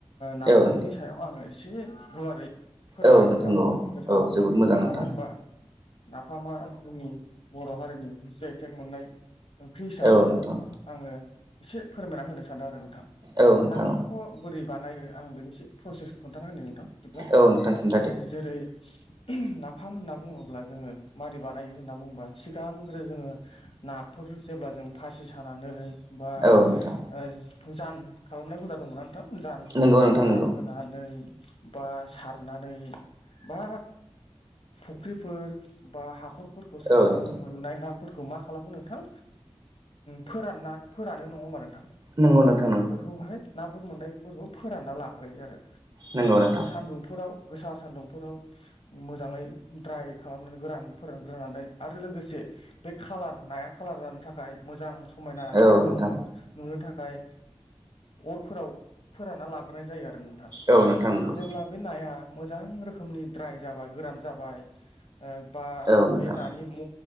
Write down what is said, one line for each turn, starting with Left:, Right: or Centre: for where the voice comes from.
Left: नाथामनि
Right: औ नोंथां
Left: सायाव आङो एसे गुवारै फोरमायनो
Right: औ नोंथां
Left: होना होननो
Right: औ
Left: सानदों
Right: औ
Left: नोंथां
Right: जोबोद मोजां
Left: मानो
Right: नोंथां
Left: होनोबा नाफामा जोंनि बर' हारिनि जि आइ थेक मोननाय ओंख्रि हिसाबै
Right: औ नोंथां
Left: आंङो एसे फोरमायना होनो सानदों आरो नोंथां
Right: औ नोंथां
Left: नाफामखौ बोरै बानायो आं बेनिससे प्रसेस खोन्थान होदों नोंथां बिदिब्ला
Right: औ नोंथां खिन्थादो
Left: जेरै नाफाम होनना बुङोब्ला जोङो मारै बानायो होनना बुङोबा सिगांग्रो जोङो नाफोर जेब्ला जों फासि सानानै बा
Right: औ नोंथां
Left: जान खालामनाय हुदा दंमोन जान
Right: नंगौ नोंथां
Left: जानहानै
Right: नंगौ
Left: बा सारनानै बा फुख्रिफोर बा हाखरफोरखौ सारनानै
Right: औ नोंथां
Left: मोननाय ना फोरखौ मा खालामो नोंथां फोरानना फोरानो नङा होमबा नोंथां
Right: नोंगौ नोथां
Left: बेखौहाय नाफोर मोननायफोरखौ फोरानना लाग्रोयो आरो
Right: नंगौ नोंथां
Left: सान्दुंफोराव गोसा सान्दुंफोराव मोजाङै द्राय खालामनानै गोरान फोरोंग्रोनानै आरो लोगोसे बे खालार नाया खालार जानो थाखाय मोजां समायना
Right: औ
Left: एसे गोमो
Right: नोंथां
Left: नुनो थाखाय ओ अर फोराव फोराना लाग्रोनाय जायो आरो नोंथां
Right: औ नोंथां नंगौ
Left: जेब्ला बे नाया मोजां रोखोमनि द्राय जाबाय गोरान जाबाय बा
Right: औ नोंथां
Left: बे नानि